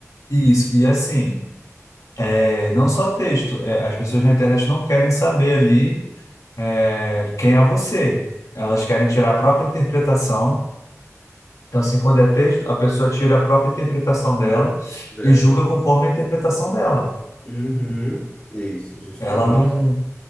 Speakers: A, on the left; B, on the left.
A: isso. E assim, é, não só texto, é, as pessoas na internet não querem saber ali, é, quem é você. Elas querem tirar a própria interpretação Então, assim, quando é texto, a pessoa tira a própria interpretação dela
B: Dela.
A: e julga conforme a interpretação dela.
B: Uhum. Isso, justamente.
A: Ela não,